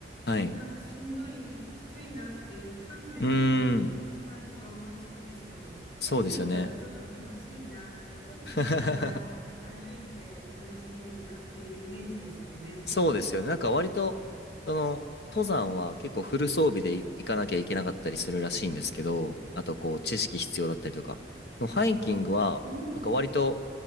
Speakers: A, on the left (about 65°); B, on the left (about 35°).
A: はい。
B: なんかしんどい、きついなっていう、鍛錬っていう感じが思いつくんですけど、
A: うーん、
B: ハイキングだとちょっと楽しいなって、
A: そうですよね。
B: おしゃべりしながら歩いて楽しめるなっていうイメージですよね。
A: <laughs> そうですよね。なんか割と、その、登山は結構フル装備でい行かなきゃいけなかったりするらしいんですけど、あとこう、知識必要だったりとか。でもハイキングは、
B: そうそう。うん、
A: なんか割と、
B: 装